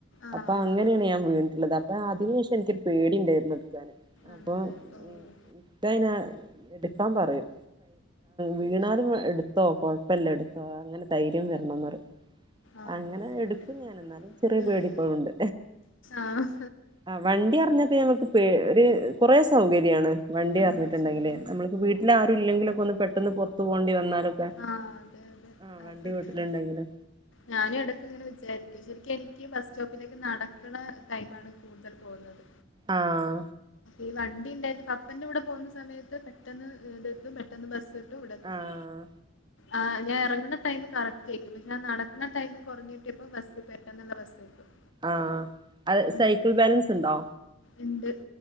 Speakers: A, on the left; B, on the right.
A: ആഹ്
B: അപ്പാ അങ്ങനെണ് ഞാൻ വീണ്ട്ട്ട്ള്ളത് അപ്പ അതിനെഷം ഇൻക്ക് പേടി ഇണ്ടായിര്ന്നെടിക്കാന് അപ്പൊ
A: ആണല്ലേ ഓഹ്
B: ഉം ക്കയ്ന ഇട്ക്കാൻ പറയും വീണാലും പറയും എട്ത്തോ കൊഴ് പ്പല്ല ഇട്ത്തോ അങ്ങനെ ദൈര്യം വരണംന്നറിം
A: ആഹ്
B: അങ്ങനെ
A: അത് സെറ്റ്
B: ഇട്ക്കും ഞാൻ എന്നാലും ചെറിയ
A: ഉം
B: പേടിപ്പോഴുണ്ട്
A: ആഹ്
B: ആഹ വണ്ടി അറിഞ്ഞത് നങ്ങക്ക് ഒര് കുറെ സൗകര്യാണ് വണ്ടി
A: ആഹ്
B: അറിഞ്ഞ്ട്ട്ണ്ടങ്കില്
A: ശരിയാ
B: നമ്മള് ഇപ്പൊ വീ ട്ടിലാരുല്ലങ്കിലൊക്കെ ഒന്ന് പെട്ടന്ന് പൊറത്ത് പൊവണ്ടി വന്നാലൊക്കെ
A: ആഹ അതെ അതെ
B: ആഹ്
A: അത്
B: വണ്ടി
A: സത്യം
B: വീട്ടിലുണ്ടെങ്കില്
A: ഞാനും ഇടക്ക് ഇങ്ങനെ വിചാരിക്കൂ ശരിക്കൂ എനിക്ക് ബസ് സ്റ്റോപ്പിലേക്ക് നടക്കണ ടൈം ആണ് കൂട്തൽ പോവ്ന്നത്
B: ആഹ
A: ഈ വണ്ടി ഇണ്ടായിരുന്നു പപ്പന്റെ കൂടെ പോഹന്ന സമയത്ത് പെട്ടെന്ന് ഇവിടെത്തും പെട്ടെന്ന് ബസ് ഇട്ടും ഇവടെ എത്തും
B: ആഹ്
A: ആഹ ഞാൻ എറങ്ങ്ണ ടൈം കറക്റ്റേയ്ക്കും പക്ഷെ ഞാൻ നടക്ക്ണ ടൈമ് കൊറഞ്ഞ് കിട്ടിയപ്പോ ബസ്സ് പെട്ടന്ന്ള്ള ബസ്സ് കിട്ടും
B: ആ ഹ അത്
A: ഉം
B: സൈക്കിൾ ബാലൻസ് ഇണ്ടോ
A: ഇണ്ട്